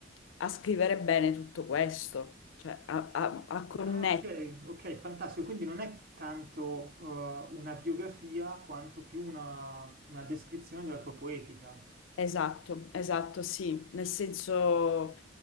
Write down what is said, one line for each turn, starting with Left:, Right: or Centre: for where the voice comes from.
Left: a scrivere bene tutto questo, cioè a, a a connettere.
Right: ah, ok, ok, fantastico. Quindi non è tanto eh, una biografia quanto più una, una descrizione della tua poetica.
Left: Esatto, esatto, sì, nel senso...